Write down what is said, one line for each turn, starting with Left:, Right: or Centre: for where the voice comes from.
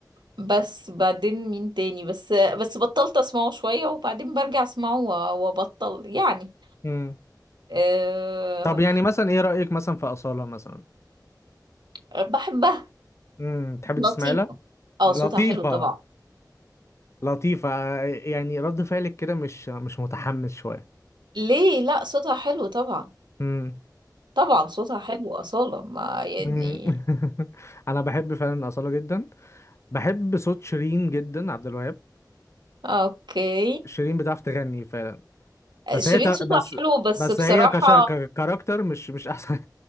Right: بس بعدين مين تاني بس بس بطلت اسمعه شوية وبعدين برجع اسمعه و- وابطل يعني
Left: امم
Right: أه...
Left: طب يعني مثلا ايه رايك مثلا في اصاله مثلا
Right: بحبها
Left: امم تحبي
Right: لطيفة
Left: تسمعي لها
Right: اه
Left: لطيفه
Right: صوتها حلو طبعا
Left: لطيفه آه، يعني رد فعلك كده مش مش متحمس شويه
Right: ليه لا صوتها حلو طبعا
Left: امم
Right: طبعا صوتها حلو أصالة ما يعني
Left: مم. <laughs> انا بحب فعلا اصاله جدا بحب صوت شيرين جدا عبد الوهاب
Right: اوكي
Left: شيرين بتعرف تغني فعلا بس
Right: شيرين
Left: هي ت-
Right: صوتها
Left: بس
Right: حلو بس
Left: بس
Right: بصراحة
Left: هي كش... ككاركتر مش مش احسن